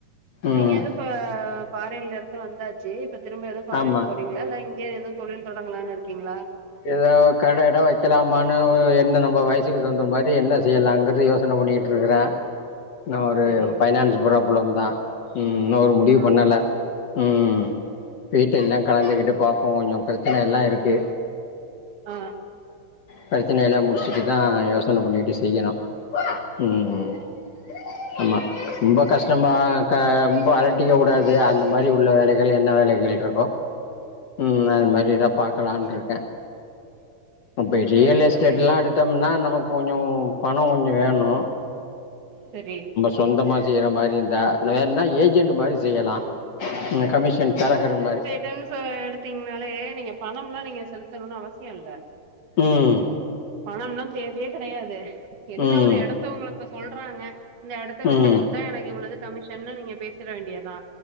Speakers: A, on the left (about 60°); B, on the right (about 75°).
A: ம்
B: நீங்க எது இ ஃபாரின்ல இருந்து வந்தா இப்ப திரும்ப எதவு ஃபாரின்
A: ஆமா
B: போறீங்களா இல்ல இங்கயே எதவு தொழில் தொடங்கலான்னு இருக்கீங்களா
A: இத கடகிட வைக்கலாம்னு என்ன நம்ம வயசுக்கு தகுந்த மாதிரி என்ன செய்யலாங்கிறது யோசனை பண்ணிட்டு இருக்கரே நா ஒரு
B: சரி
A: ஃபைனான்ஸ் ப்ராப்ளம் தா ம் இன்னு ஒரு முடிவு
B: ஆ
A: பண்ணலை ம் வீட்ட எல்லா கலந்துகிட்டு பார்ப்போ கொஞ்ச பிரச்சனை எல்லா இருக்கு
B: ஆ
A: பிரச்சனைையல்லா முடிச்சுட்டுதா யோசனை பண்ணிட்டு செய்யணு ம் ஆமா ரொம்ப கஷ்டமா ரொம்ப அலட்டிக்க கூடாது அந்த மாதிரி உள்ள வேலைகள் என்ன வேலைகள் இருக்கோ ம் அது மாதிரிதா பார்க்கலான்ருக்கு இப்ப ரியல்
B: சரி
A: எஸ்டேட்
B: சரி
A: லா எடுத்தோம்னா நமக்கு கொஞ்சோ பணோ கொஞ்ச வேணு
B: சரி
A: சொந்தமாக செய்ற மாரி இருந்தா வேன்னா ஏஜெண்ட் மாதிரி செய்யலா இந்த கமிஷன் தெறக்குற மாரி
B: செகண்ட்ஸ்ல எடுத்தீங்னாலே நீங்க பணம்லா நீங்க செலுத்தணுன்னு அவசியோ இல்ல
A: ம்
B: பணம்லா தேவையே கெடையாது என்ன
A: ம்
B: ஒரு எடத்த உங்களுக்கு சொல்றாங்க இந்த எடத்த வித்து
A: ம்
B: குடுத்தா எனக்கு இவ்ளது கமிஷன்னு நீங்க பேசிற வேண்டியதா